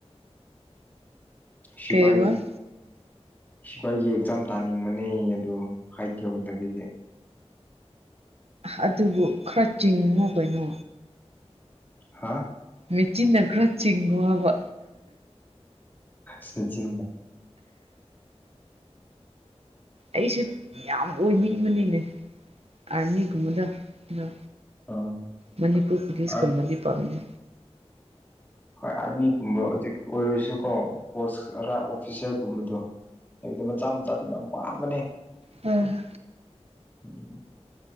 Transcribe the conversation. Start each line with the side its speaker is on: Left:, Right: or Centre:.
Left: ꯁꯤꯄꯥꯜ
Right: ꯀꯩꯕ
Left: ꯁꯤꯐ ꯑꯩꯒꯤ ꯑꯦꯛꯖꯥꯝ ꯇꯥꯅꯤꯡꯕꯅꯦ ꯑꯗꯨ ꯍꯥꯏꯠ ꯌꯧꯒꯗꯕꯤꯒꯤ
Right: ꯑꯗꯨꯕꯨ ꯀ꯭ꯔꯆꯤꯡꯉ ꯀꯩꯅꯣ
Left: ꯍꯥꯥ
Right: ꯃꯦꯆꯤꯟꯅ ꯈꯔ ꯆꯤꯡꯉꯣ ꯍꯥꯏꯕ
Left: ꯁꯤꯆ
Right: ꯑꯩꯁꯨ ꯌꯥꯝ ꯑꯣꯏꯅꯤꯡꯕꯅꯤꯅꯦ ꯑꯥꯔꯃꯤꯒꯨꯝꯕꯗ ꯑꯗꯣ
Left: ꯎꯝ
Right: ꯃꯅꯤꯄꯨꯔ ꯄꯨꯂꯤꯁ
Left: ꯍꯣꯏ
Right: ꯀꯨꯝꯃꯗꯤ ꯄꯥꯝꯅꯤ
Left: ꯍꯣꯏ ꯑꯥꯔꯃꯤꯒꯨꯝꯕ ꯍꯧꯖꯤꯛ ꯑꯣꯏꯔꯁꯨꯀꯣ ꯄꯣꯁ ꯈꯔ ꯑꯣꯐꯤꯁꯥꯔꯒꯨꯝꯕꯗꯣ ꯍꯥꯏꯕꯗꯤ ꯃꯆꯥ ꯃꯆꯥꯗꯨ ꯌꯥꯝ ꯋꯥꯥꯕꯅꯦ
Right: ꯎꯝ
Left: ꯎꯝ